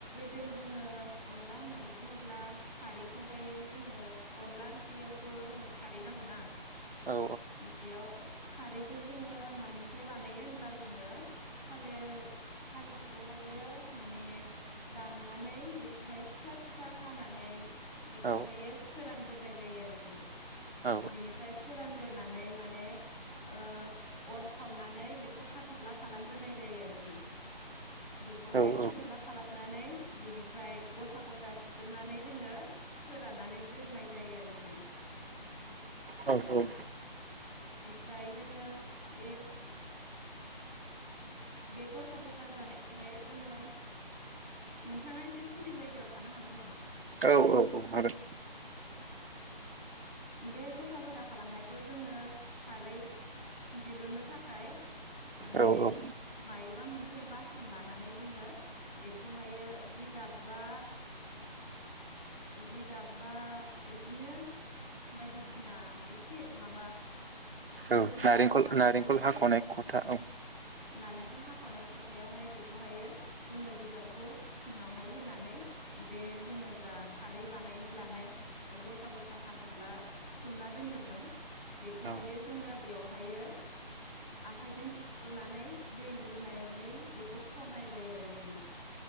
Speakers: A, on the left; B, on the right.
A: दो जोङो अनला होननानै बुङोब्ला खारैखौहायो जोङो अनला ओंख्रियावथ' जोङो खारै नांगौना।
B: औ
A: बेयाव खारैखौ जोङो मानिफ्राय बानायो होनब्ला जोङो थालिर थालिरखौहायो माने दान दानानै बेखौहाय फिसा फिसा हानानै बेखौहायो
B: औ
A: फोरानग्रो नाय जायो आरोखि ।
B: औ
A: बेनिफ्राय फोरान ग्रोनानै माने ओ अर सावनानै बैखौ हा थ'फ्ला खालामग्रोनाय जायो आरोखि। बेखौहाय
B: औ
A: हाथ'फ्ला
B: औ
A: खालामनानै बेनिफ्राय गथा गथा सिथुमनानै जोङो फोराननानै दोननाय जायो आरोखि।
B: औ औ
A: फ्राय जोङो बे बे गथा गथा जानाय खौहायो जोङो। नोंथाङा एसे सिरि जायगायाव थानो हागोन नामा?
B: औ औ औ हागोन
A: बे गथा गथा खालामनायखौ जोङो खारै दिरुननो थाखाय माने
B: औ औ
A: मायोबा मोनसे मोनसे बासन लानानै जोङो बेखौहायो जिगाबबा जिगाबबा इदिनो बायदिसिना एसे माबा
B: औ
A: दोनग्रा
B: नारेंखल
A: मुवा लानानै
B: नारेंखल हाख'नाय खथा औ
A: नालेंखर हाखावनाय खथायावहाय बेखौहायो जोङो जिगाबखौ सिङावहाय होनानै बे जोङो जा खारै बानायनो लानाय गथा गथा हा थ'फ्ला सिथुमना दोन्दोंमोन बेखौहायो
B: औ
A: जोङो बेयावहाय आखाइजों सिफ्रुनानै दै लुनानै बेखौ सरनाय जायो आरोखि